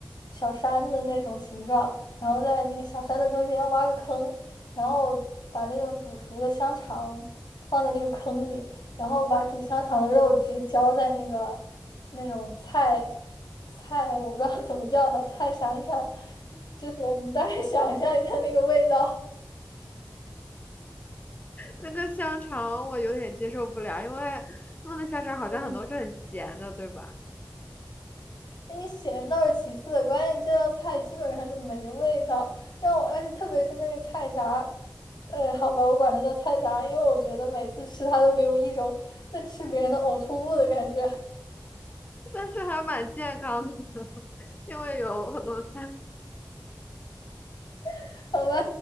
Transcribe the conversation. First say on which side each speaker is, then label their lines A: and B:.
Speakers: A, on the left; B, on the left.
A: 小山的那种形状，然后在那个小山的中间挖个坑，然后把那种煮熟的香肠放在那个坑里，然后把煮香肠的肉汁浇在那个那种菜菜，我不知道怎么叫它，菜山上，就是你大概想象一下那个味道，
B: 那个香肠我有点接受不了，因为他们的香肠好像很多是很咸的，
A: 嗯，
B: 对吧？
A: 那个咸倒是其次的，关键这道菜基本上就没味道，让我而且特别是那个菜啥，呃，好吧，我管它叫菜啥，因为我觉得每次吃它都给我一种在吃别人的呕吐物的感觉，
B: 但是还蛮健康的，<laughs> 因为有很多菜。
A: <laughs> 好吧，